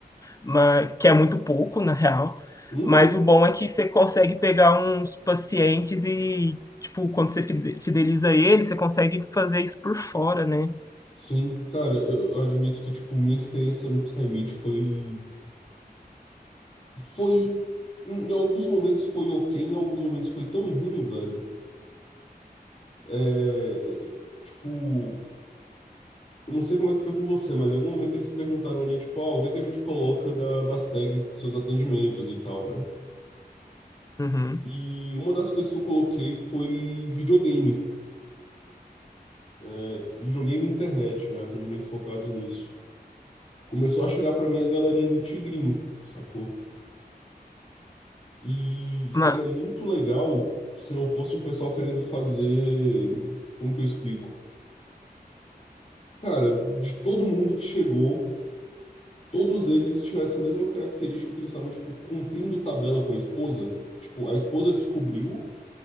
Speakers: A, on the left; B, on the left.
A: mas, que é muito pouco, na real.
B: Uhum.
A: Mas o bom é que você consegue pegar uns pacientes e, tipo, quando você fide- fideliza ele, você consegue fazer isso por fora, né?
B: Sim, cara, eu, eu admito que, tipo, minha experiência no Psymeet foi, foi, em alguns momentos foi ok, em alguns momentos foi tão ruim, velho. É, é, é, tipo, eu não sei como é que foi com você, mas em algum momento eles perguntaram ali, tipo, ah, o que que a gente coloca da- das tags de seus atendimentos e tal, né?
A: Uhum.
B: E uma das coisas que eu coloquei foi videogame, é, videogame e internet, né? Atendimentos focados nisso. Começou a chegar pra mim a galerinha do Tigrinho, sacou? E seria
A: Ma-
B: muito legal se não fosse um pessoal querendo fazer. Como que eu explico? Cara, de todo mundo que chegou, todos eles tinham essa mesma característica que eles estavam, tipo, cumprindo tabela com a esposa. Tipo, a esposa descobriu,